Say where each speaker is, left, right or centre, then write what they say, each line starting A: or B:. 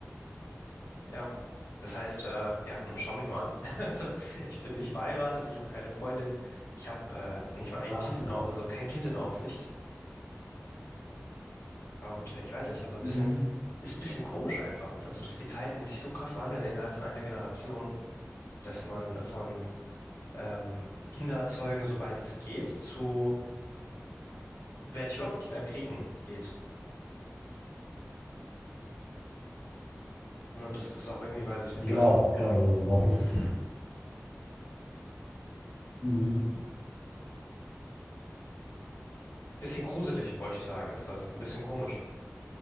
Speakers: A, on the left; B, on the left.
A: Ja, das heißt, äh, ja, und schau mich mal an. <laughs> Also, ich bin nicht verheiratet, ich habe keine Freundin, ich habe äh, nicht mal ein
B: Ja.
A: Kind
B: <laughs>
A: in, Au- also kein Kind in Aussicht. Ja, Und äh, ich weiß nicht, also ein bisschen,
B: Mhm.
A: ist ein bisschen komisch einfach, also, dass die Zeiten sich so krass wandeln innerhalb von einer Generation, dass man von ähm, Kinder zeugen, sobald es geht, zu werde ich überhaupt Kinder kriegen, geht. Ne, Und das ist auch irgendwie, weiß ich nicht.
B: Genau,
A: Also,
B: genau, du, du hast es. Mhm.
A: Bisschen gruselig, wollte ich sagen, ist das. Ein bisschen komisch,